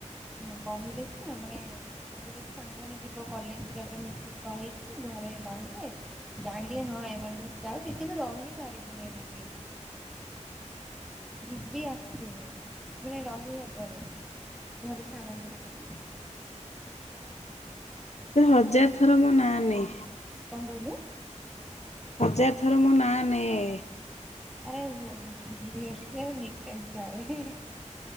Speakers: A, in the centre; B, on the left.
A: ହୁଁ କହିଲେ ସିନା ମାନେ ସବୁ ଯଦି ସାଙ୍ଗମାନେ ଯିବ କଲେଜ ପିଲା ପୁରା ମିଶିକି କହିକି ଘରେ କହିଲେ ଜାଣିଲେ ହଁ ହଁ ଏମାନ ଯାଉ ସେଥିବି କିନ୍ତୁ ରହି ପାରିବିନି ରୁବି। ଯିବି ଆସିବି ମାନେ ରହିହବନି। ଘରେ ଛାଡନ୍ତିନି ପରା।
B: ସେ ହଜାର ଥର ମୋ ନା ନାଇ
A: କଣ କହିଲୁ?
B: ହଜାର ଥର ମୋ ନାଁ ନେଏ।
A: ଆରେ <unintelligible> ଚଳେ।